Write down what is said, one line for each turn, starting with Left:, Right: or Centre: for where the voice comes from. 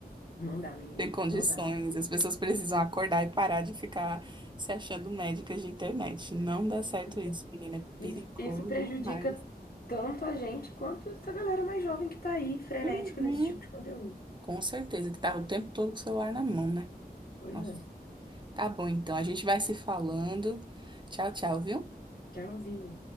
Left: Não dá, menina.
Right: ter condições.
Left: Não dá.
Right: As pessoas precisam acordar e parar de ficar se achando médicas de internet. Não dá certo
Left: Pois
Right: isso,
Left: é.
Right: menina. É
Left: Isso,
Right: perigoso
Left: isso prejudica
Right: demais.
Left: tanto a gente quanto essa galera mais jovem que tá aí, frenética
Right: Uhum.
Left: nesse tipo de conteúdo.
Right: Com certeza que tava o tempo todo com o celular na mão, né?
Left: Pois
Right: Nossa.
Left: é.
Right: Tá bom, então. A gente vai se falando. Tchau, tchau, viu?
Left: Tchauzinho.